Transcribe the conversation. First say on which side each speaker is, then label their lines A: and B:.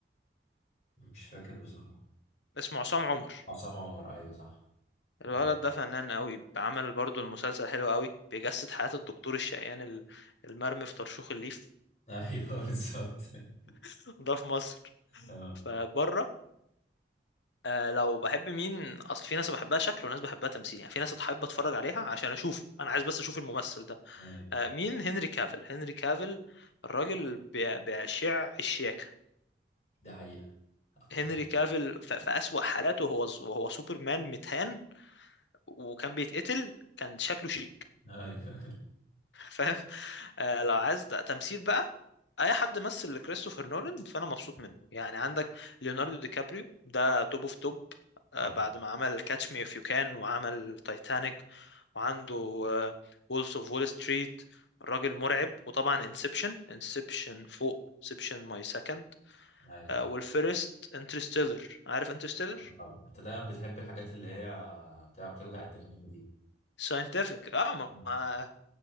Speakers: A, on the left (about 40°); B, on the left (about 85°).
A: مش فاكر بصراحه
B: اسمه عصام عمر
A: عصام عمر ايوه صح مم.
B: الولد ده فنان قوي عمل برضو المسلسل حلو قوي بيجسد حياة الدكتور الشقيان ال- المرمي في طرشوخ الليف
A: <laughs> ايوه بالظبط <laughs>
B: <laughs> ده في مصر
A: اه
B: فبره آه لو بحب مين اصل في ناس بحبها شكل وناس بحبها تمثيل يعني في ناس بحب اتفرج عليها عشان اشوف انا عايز بس اشوف الممثل ده
A: ايوه
B: آه مين هنري كافيل هنري كافيل الراجل بي- بيشع الشياكة
A: دي حقيقه اتفق
B: هنري كافيل ف- في أسوأ حالاته وهو وهو سوبرمان متهان وكان بيتقتل كان شكله شيك
A: ايوه <laughs>
B: فاهم آه لو عايز تمثيل بقى اي حد مثل لكريستوفر نولان فانا مبسوط منه يعني عندك ليوناردو دي كابريو ده توب اوف توب آه
A: طبعا
B: بعد ما عمل كاتش مي اف يو كان وعمل تايتانيك وعنده وولفز اوف وول ستريت راجل مرعب وطبعا انسبشن انسبشن فوق انسبشن ماي سكند
A: ايوه
B: والفيرست انترستيلر عارف انترستيلر
A: آه، طبعا انت دايما بتحب الحاجات اللي هي بتاع- بتوجع الدماغ دي
B: ساينتفك اه ما
A: مم.
B: ما-